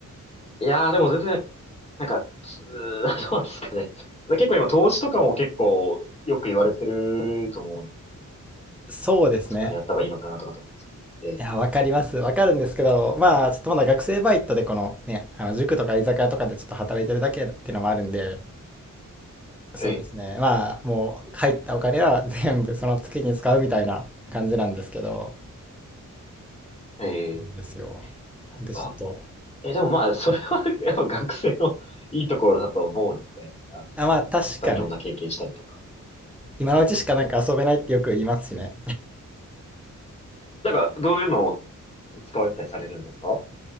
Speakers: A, on the left; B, in the centre.
A: いやー、でも全然、なんか、つー <laughs> どうなんですかね。結構今、投資とかも結構、よく言われてると思うので、
B: <laughs> そうですね。
A: そこにやった方がいいのかなとかと思うんですけど。え
B: いや、わかります。わかるんですけど、まあ、ちょっとまだ学生バイトでこのね、あの塾とか居酒屋とかでちょっと働いてるだけっていうのもあるんで、そうですね。
A: え、
B: まあ、もう入ったお金は <laughs> 全部その月に使うみたいな感じなんですけど、
A: ええ、ええ、
B: ですよ。なんでちょっと、
A: が、え、でもまあ、それは <laughs> やっぱ学生のいいところだと思うので、あの、
B: あ、まあ確かに、
A: いっぱいいろんな経験したりとか。
B: 今のうちしかなんか遊べないってよく言いますしね。
A: ええ、なんか、どういうのを使われたりされるんですか